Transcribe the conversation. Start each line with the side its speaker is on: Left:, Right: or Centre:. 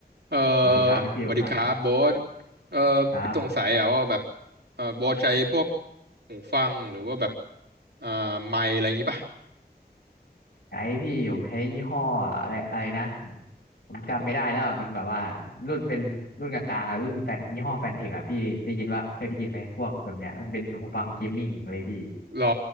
Right: เออ
Left: สวัสดีครับพี่ฟิลครับ
Right: สวัสดีครับโบ๊ทเออพี่สงสัยอะว่าแบบ
Left: ครับ
Right: เออโบ๊ทใช้พวกหูฟังหรือว่าแบบอ่าไมค์อะไรอย่างงี้ป่ะ
Left: ใช้พี่ผมใช้ยี่ห้ออะไรอะไรนะผมผมจำไม่ได้แล้วอ่ะมันแบบว่ารุ่นเป็นรุ่นกลางๆอ่ะรุ่นแฟนยี่ห้อแฟนเทคอ่ะพี่ได้ยินว่าเคยได้ยินไหมพวกแบบเนี้ยมันเป็นหูฟังเกมมิ่งเลยพี่
Right: หรอ